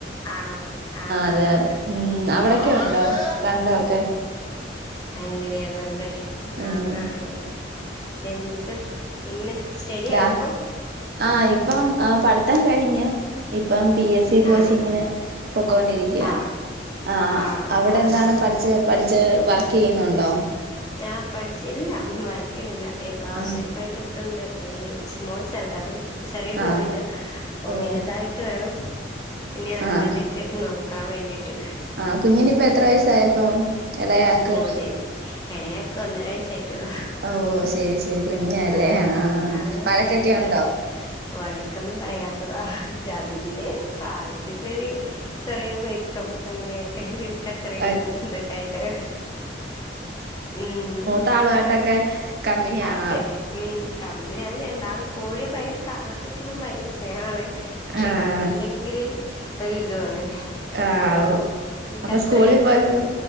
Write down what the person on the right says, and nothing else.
അതെ
അതെ ഉം അവിടൊക്കെ
ഉണ്ടോ കണ്ടമൊക്കെ
ഉം
ദാ
ആഹ് ഇപ്പം ആ പഠ്ത്തം കഴിഞ്ഞു ഇപ്പം പി എസ് സി കോച്ചിങ്ങിന്
പൊക്കോ ണ്ടിരിക്കാണ്
ആ
അവിടെന്താണ്
പഠിച്ചത് പഠിച്ച് വർക്കെയ്യുന്നുണ്ടൊ
ആഹ്
ആഹ് ഓ
ആഹ്
ആഹ് കുഞ്ഞിന് ഇപ്പം എത്ര വയസ്സായപ്പം ഇളയാക്ക്
ഓഹ് ശരി ശരി കുഞ്ഞല്ലേ
വഴക്കൊക്കെ
ഉണ്ടോ
ആഹ്
താളു ആയിട്ടൊക്കെ കമ്പനിയാണ്
ആഹ്
ആഹ്
അപ്പൊ
സ്കൂളിൽ പോയപ്പോ